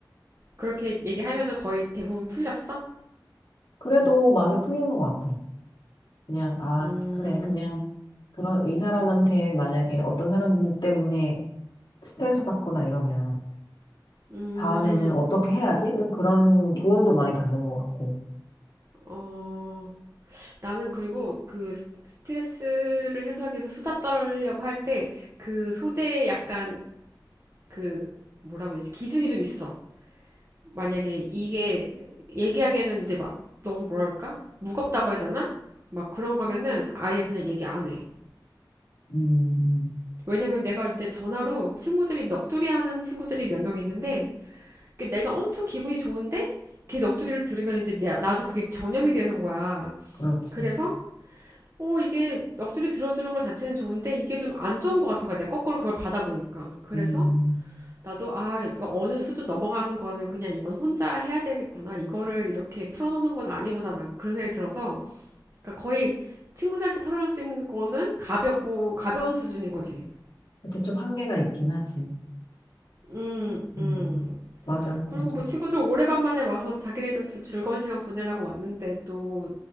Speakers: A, on the right; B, on the left.
A: 그렇게 얘기하면은 거의 대부분 풀렸어?
B: 그래도 많이 풀리는 것 같아. 그냥, 아,
A: 음,
B: 그래, 그냥, 그런, 이 사람한테 만약에 어떤 사람 때문에 스트레스 받거나 이러면,
A: 음,
B: 다음에는 어떻게 해야지? 그럼 그런 조언도 많이 받는 것 같고.
A: 어. 나는 그리고 그 스- 스트레스를 해소하기 위해서 수다 떨려고 할 때 그 소재에 약간 그 뭐라고 해야 되지? 기준이 좀 있어. 만약에 이게 얘기하기에는 이제 막 너무 뭐랄까? 무겁다고 해야 되나? 막 그런 거면은 아예 그냥 얘기 안 해.
B: 음,
A: 왜냐면 내가 이제 전화로 친구들이 넋두리 하는 친구들이 몇 명 있는데 그 내가 엄청 기분이 좋은데 걔 넋두리를 들으면 이제 내, 나도 그게 전염이 되는 거야.
B: 그렇지.
A: 그래서 오, 이게 넋두리 들어주는 것 자체는 좋은데 이게 좀 안 좋은 것 같은 거야. 내가 거꾸로 그걸 받아보니까. 그래서
B: 음.
A: 나도 아, 이거 어느 수준 넘어가는 거는 그냥 이건 혼자 해야 되겠구나. 이거를 이렇게 풀어놓는 건 아니구나. 난 그런 생각이 들어서. 그러니까 거의 친구들한테 털어놓을 수 있는 거는 가볍고 가벼운 수준인 거지.
B: 그치, 좀 한계가 있긴 하지.
A: 음,
B: 음.
A: 음.
B: 맞아,
A: 그리고
B: 맞아.
A: 뭐 친구들 오래간만에 와서 자기네들도 즐거운 시간 보내려고 왔는데 또